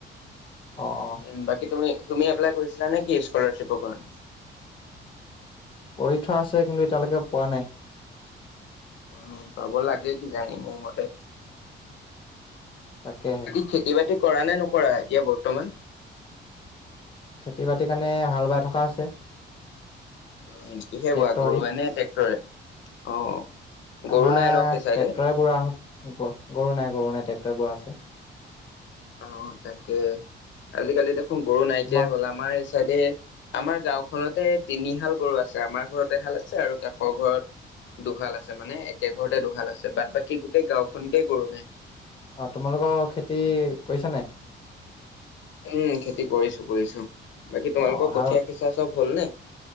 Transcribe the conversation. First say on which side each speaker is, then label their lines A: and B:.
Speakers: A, on the left (about 25°); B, on the left (about 70°).
A: অ' অ'।
B: উম, বাকী তুমি তুমি এপ্লাই কৰিছিলা নেকি স্কলাৰশ্বিপৰ কাৰণে?
A: কৰি থোৱা আছে, কিন্তু এতিয়ালৈকে পোৱা নাই।
B: উম পাব লাগে কি জানি মোৰ মতে।
A: তাকেহে!
B: খেতি-বাতি কৰা নে নকৰা এতিয়া বৰ্তমান?
A: খেতি-বাতিৰ কাৰণে হাল বাই থকা আছে।
B: উম কিহে
A: ট্ৰেক্টৰ
B: বোৱা গৰুৱে
A: দি
B: নে ট্ৰেক্টৰে, অ'
A: আমাৰ
B: গৰু নাই ন সেই চাইডে?
A: <unintelligible> গৰু নাই গৰু নাই ট্ৰেক্টৰে বোৱা আছে।
B: অ' তাকে, আজিকালি দেখোন গৰু নাইকিয়া
A: তোমাৰ
B: হ'ল। আমাৰ এই চাইডে আমাৰ গাওঁখনতে তিনিহাল গৰু আছে, আমাৰ ঘৰত এহাল আছে আৰু কাষৰ ঘৰত দুহাল আছে, মানে একে ঘৰতে দুহাল আছে বাট বাকী গোটেই গাঁওখনতে গৰু নাই।
A: অ' তোমালোকৰ খেতি কৰিছা নাই?
B: উম, খেতি কৰিছো কৰিছো। বাকী
A: অ
B: তোমালোকৰ
A: হাল
B: কঠীয়া সিচা চব হল নে?